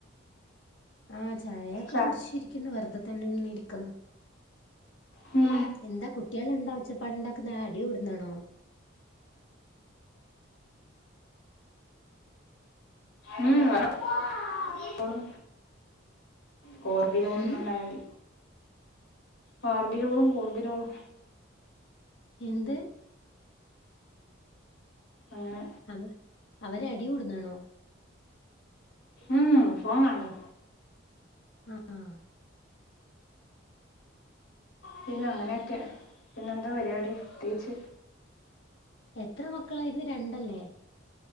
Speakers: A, on the left; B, on the left.
A: ആഹ് ചായയൊക്കെ
B: ചാ
A: കുടിച്ചിരിക്കുന്നു വെറുതതന്നെ ഇങ്ങനെ ഇരിക്കുന്നു.
B: ഉം
A: എന്താ കുട്ട്യാളെന്താ ഒച്ചപ്പാട് ഇണ്ടാക്കുന്നെ അടി കൂടുന്നാണോ?
B: ഉം അവരെ പ്പൊളും കോർബിരോളും
A: ഉം
B: നന്നായി കാർബിലോളും കോർബിലോളും
A: എന്ത്
B: അങ്ങനെ
A: അവ് അവരെ അടി കൂടുന്നാണോ
B: ഉം ഫോൺ കാണു
A: ആഹ് ആഹ്
B: പിന്നെ അങ്ങനെയൊക്കെ പിന്നെ എന്താ പരിപാടി പ്രത്യേകിച്ച്
A: എത്ര മക്കളായിരുന്നു രണ്ടല്ലേ